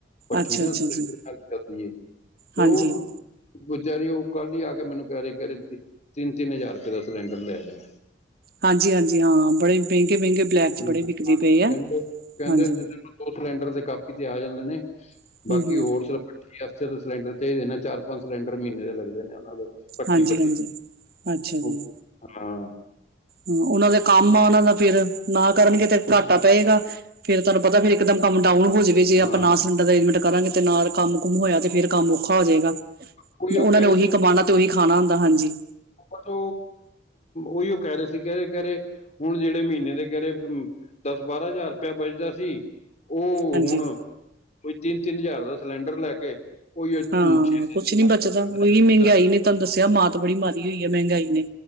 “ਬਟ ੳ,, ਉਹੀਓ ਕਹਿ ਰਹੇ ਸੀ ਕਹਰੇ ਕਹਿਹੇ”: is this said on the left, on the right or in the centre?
Left